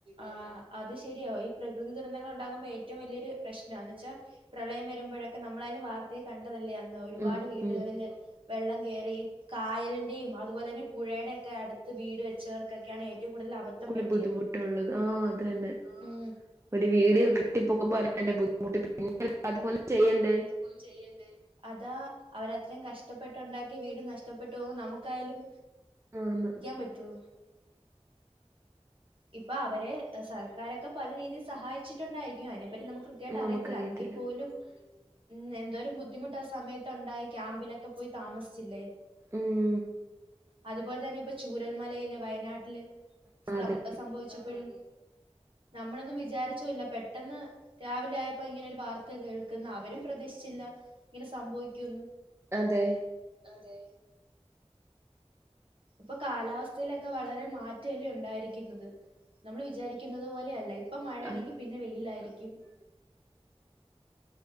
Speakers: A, on the right; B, on the right.
A: ആഹ് അത് ശരിയാ ഈ പ്രകൃതി ദുരന്തങ്ങൾ ഉണ്ടാകുമ്പോൾ ഏറ്റവും വലിയൊരു പ്രശ്നാന്ന് എന്ന് വെച്ചാൽ പ്രളയം വരുമ്പോഴൊക്കെ നമ്മളായാലും വാർത്തയി കണ്ടതല്ലേ അന്ന ഒരുപാട്
B: ഉം
A: വീടുകളില്
B: ഉം
A: വെള്ളം കേറി കായലിന്റെയും അതുപോലെ തന്നെ പുഴയുടെ ഒക്കെ അടു ത്ത് വീട് വെച്ചവർക്കൊക്കെയാണ് ഏറ്റ ഏറ്റവും കൂടുതൽ അബദ്ധം
B: കൂടുതൽ
A: പറ്റിയത്
B: ബുദ്ധിമുട്ടുള്ളത് ആ അത് തന്നെ
A: ഉം
B: ഒരു <unintelligible> ബുദ്ധിമുട്ട് പിന്നെ അത് പോലും ചെയ്യണ്ടേ
A: ഒന്നും ചെയ്യണ്ടേ അതാ അവരത്രയും കഷ്ടപ്പെട്ടുണ്ടാക്കിയ വീട് നഷ്ടപ്പെട്ടു പോകുമ്പോൾ നമുക്കായാലും
B: ആന്ന്
A: പറ്റോ ഇപ്പൊ അവരെ സർക്കാരൊക്കെ പല രീതിയിൽ സഹായിച്ചിട്ടുണ്ടായിരിക്കും അയിനെപ്പറ്റി നമുക്ക് കൃത്യയിട്ട് അറിയത്തില്ല
B: നമുക്കറിയത്തില്ല
A: അങ്കി പോലും ഉം എന്തോരം ബുദ്ധിമു ട്ടാ സമയത്തുണ്ടായി ക്യാമ്പിലൊക്കെ പോയി താമസിച്ചില്ലേ
B: ഉം
A: അതുപോലെ തന്നെ ഇപ്പൊ ചൂരൽമലയില് വയനാട്ടില്
B: അതെ
A: സം സംഭവിച്ചപ്പഴ് നമ്മളൊന്നും വിചാരിച്ചുല്ല പെട്ടെന്ന് രാവിലെ ആയപ്പോ ഇങ്ങനെ ഒരു വാർത്ത കേൾക്കുന്നു അവരും പ്രതീക്ഷിച്ചില്ല ഇങ്ങനെ സംഭവിക്കുന്ന്
B: അതെ
A: അതെ ഇപ്പൊ കാലാവസ്ഥയിലൊക്കെ വളരെ മാറ്റല്ലേ ഉണ്ടായിരിക്കുന്നത് നമ്മൾ വിചാരിക്കുന്നത് പോലെയല്ല ഇപ്പൊ മഴയാണെങ്കി
B: അല്ല,
A: പിന്നെ വെയിലായിരിക്കും